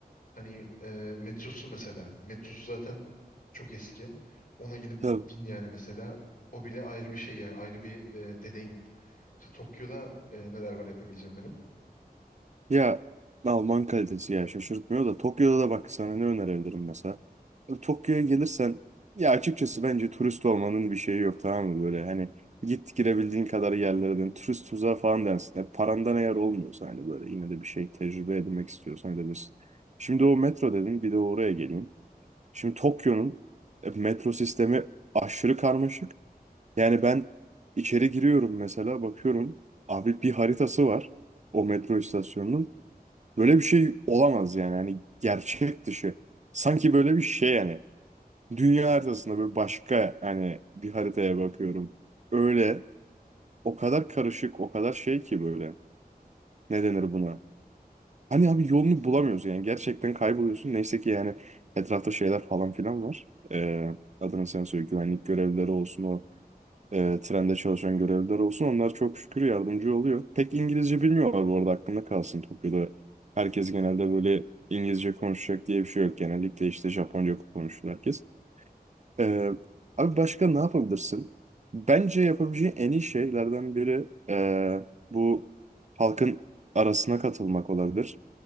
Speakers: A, on the left; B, on the right.
A: Hani e, metrosu mesela. Metrosu zaten çok eski. Ona gidip
B: Tabii.
A: bin yani mesela. O bile ayrı bir şey yani ayrı bir e, deneyim. Mesela Tokyo'da e, neler var yapabileceğim benim?
B: Ya Alman kalitesi ya şaşırtmıyor da Tokyo'da da bak sana ne önerebilirim mesela. Tokyo'ya gelirsen ya açıkçası bence turist olmanın bir şeyi yok tamam mı böyle hani git girebildiğin kadar yerlere dön turist tuzağı falan dersin. Yani parandan eğer olmuyorsa hani böyle yine de bir şey tecrübe edinmek istiyorsan edebilirsin. Şimdi o metro dedin bir de oraya geleyim. Şimdi Tokyo'nun e, metro sistemi aşırı karmaşık. Yani ben içeri giriyorum mesela bakıyorum abi bir haritası var o metro istasyonunun. Böyle bir şey olamaz yani. Hani gerçek dışı. Sanki böyle bir şey yani. Dünya haritasında böyle başka hani bir haritaya bakıyorum. Öyle o kadar karışık, o kadar şey ki böyle. Ne denir buna? Hani abi yolunu bulamıyoruz yani. Gerçekten kayboluyorsun. Neyse ki yani etrafta şeyler falan filan var. Ee, adını sen söyle güvenlik görevlileri olsun e, trende çalışan görevliler olsun. Onlar çok şükür yardımcı oluyor. Pek İngilizce bilmiyorlar bu arada aklında kalsın Tokyo'da. Herkes genelde böyle İngilizce konuşacak diye bir şey yok. Genellikle işte Japonca konuşuyor herkes. E, abi başka ne yapabilirsin? Bence yapabileceğin en iyi şeylerden biri e, bu halkın arasına katılmak olabilir.